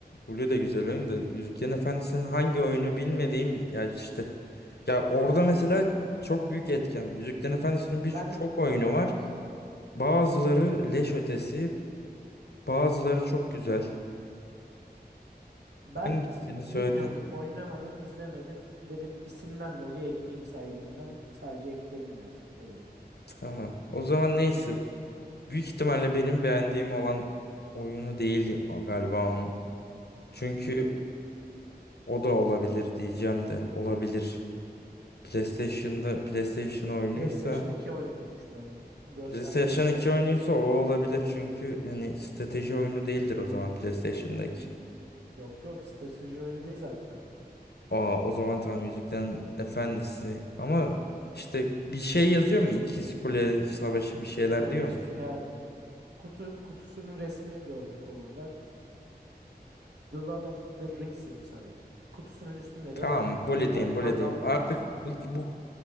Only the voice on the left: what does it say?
Bully de güzel oyun da Yüzüklerin Efendisi'nin hangi oyunu bilmediğim ya işte ya orada mesela çok büyük etken. Yüzüklerin Efendisi'nin birçok
oyunu var. Bazıları leş
ötesi, bazıları çok güzel.
Hangisini
söyledin?
Tamam. O zaman neyse. Büyük ihtimalle benim beğendiğim olan oyunu değildi galiba onun. Çünkü
o da olabilir diyeceğim de olabilir. PlayStation'da PlayStation oyunuysa
PlayStation
iki oyunuysa o olabilir çünkü yani strateji oyunu değildir o zaman PlayStation'daki.
Aa, o zaman tam Yüzüklerin Efendisi. Ama işte bir şey yazıyor mu? İkiz Kule Savaşı bir şeyler
diyor
mu?
Tamam,
böyle
diyeyim, böyle
diyeyim.
Artık
bu, bu